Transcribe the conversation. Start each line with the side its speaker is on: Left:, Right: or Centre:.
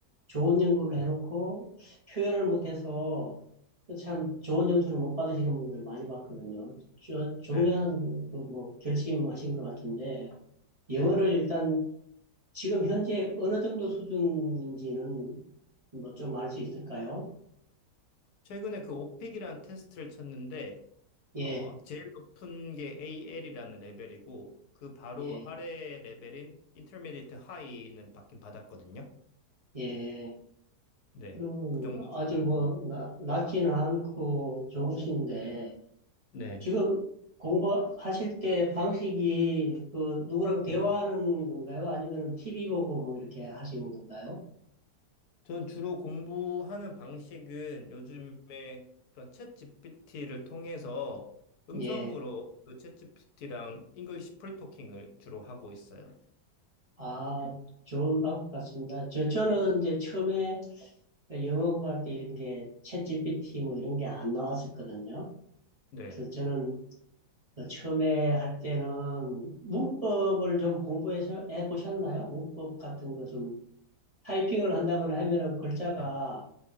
Right: 좋은 연구를 해놓고 표현을 못해서 참 좋은 점수를 못 받으시는 분들 많이 봤거든요. 저, 중요한,
Left: 네,
Right: 그 뭐, 결심하신 것 같은데, 영어를
Left: 네.
Right: 일단 지금 현재 어느 정도 수준인지는 뭐 좀 알 수 있을까요?
Left: 최근에 그 오픽이라는 테스트를 쳤는데,
Right: 예,
Left: 어, 제일 높은 게 AL이라는 레벨이고, 그 바로
Right: 예.
Left: 아래 레벨인 Intermediate High는 받긴 받았거든요.
Right: 예,
Left: 네.
Right: 그럼
Left: 그 정도 수준입니다.
Right: 아주 뭐, 나, 낮지는 않고 좋으신데,
Left: 네. 네.
Right: 지금 공부하실 때 방식이 그 누구랑 대화하는
Left: 네.
Right: 건가요? 아니면 TV 보고 뭐 이렇게 하시는 건가요?
Left: 전 주로 공부하는 방식은 요즘에 그런 챗 GPT를 통해서 음성으로
Right: 예,
Left: 그챗 GPT랑 잉글리시 프리토킹을 주로 하고 있어요.
Right: 아, 좋은 방법 같습니다. 저, 저는 이제 처음에 영어 공부할 때 이런 게 챗GPT 뭐 이런 게 안 나왔었거든요.
Left: 네.
Right: 그래서 저는 그 처음에 할 때는 문법을 좀 공부해서 해 보셨나요? 문법 같은 거좀 타이핑을 한다거나 하면은 글자가
Left: 네.